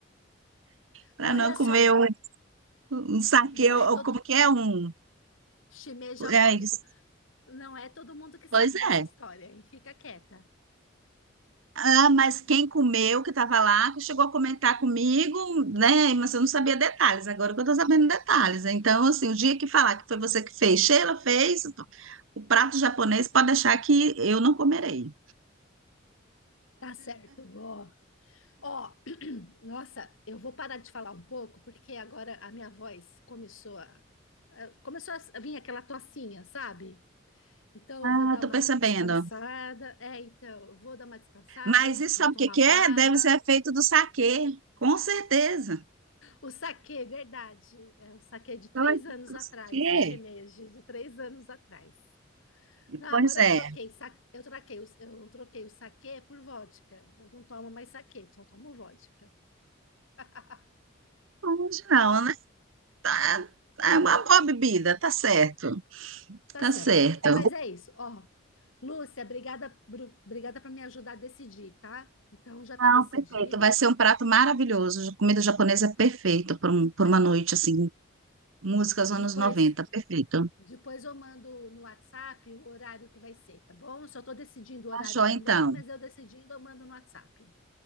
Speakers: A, on the right (about 80°); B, on the left (about 85°).
A: para
B: Olha
A: não comer
B: só,
A: um, um saque,
B: não
A: ou
B: é todo
A: ou como que é um.
B: shimeji alcoólico,
A: É isso.
B: não é todo mundo que sabe
A: Pois
B: dessa
A: é.
B: história, e fica quieta.
A: Ah, mas quem comeu, que estava lá, que chegou a comentar comigo, né? Mas eu não sabia detalhes, agora que eu estou sabendo detalhes. Então, assim, o dia que falar que foi você que fez, Sheila fez, o prato japonês, pode deixar que eu não comerei.
B: Tá certo, ó. Ó, Nossa, eu vou parar de falar um pouco, porque agora a minha voz começou a, a- começou a vir aquela tocinha, sabe? Então
A: Ah,
B: eu vou dar
A: tô
B: uma
A: percebendo.
B: descansada. É, então, eu vou dar uma descansada,
A: Mas isso
B: vou
A: sabe
B: tomar
A: o que que
B: uma
A: é?
B: água.
A: Deve ser feito do saquê, com certeza.
B: O saquê, verdade. É o saquê de
A: Então,
B: três
A: é feito
B: anos atrás,
A: do saquê.
B: do shimeji, de três anos atrás. Não,
A: Pois
B: agora
A: é.
B: eu troquei, sa- eu troquei, o- eu troquei o saquê por vodka. Eu não tomo mais saquê, só tomo vodka. <laughs>
A: Hoje não, né? Tá, é uma boa bebida, tá certo.
B: Tá
A: Tá
B: certo.
A: certo.
B: Mas é isso, ó. Lúcia, obrigada, Bru- obrigada por me ajudar a decidir, tá? Então já está
A: Não,
B: decidido.
A: perfeito. Vai ser um prato maravilhoso. Comida japonesa é perfeita por, um- por
B: É,
A: uma noite, assim. Músicas
B: depois,
A: anos noventa, perfeito.
B: depois eu mando no WhatsApp o horário que vai ser, tá bom? Só estou decidindo o
A: Tá
B: horário
A: joia,
B: também,
A: então.
B: mas eu decidindo eu mando no WhatsApp.